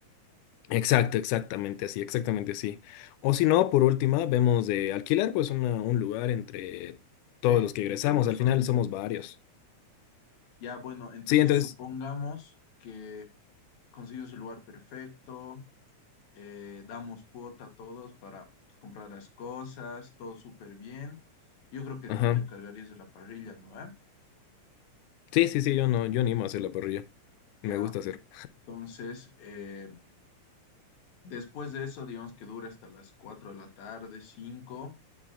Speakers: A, on the left; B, on the left.
A: Exacto, exactamente así, exactamente así. O si no, por última, vemos de alquilar pues una- un lugar entre todos
B: Sí,
A: los que egresamos.
B: tienes razón.
A: Al final somos varios.
B: Ya, bueno, entonces
A: Sí, entonces,
B: supongamos que consigo su lugar perfecto, eh, damos cuota a todos para comprar las cosas, todo súper bien. Yo creo que
A: ajá.
B: tú te encargarías de la parrilla, ¿no? eh?
A: Sí, sí, sí, yo no, yo animo a hacer la parrilla.
B: Ya,
A: Me gusta
B: entonces,
A: hacer.
B: eh, después de eso, digamos que dura hasta las 4 de la tarde, cinco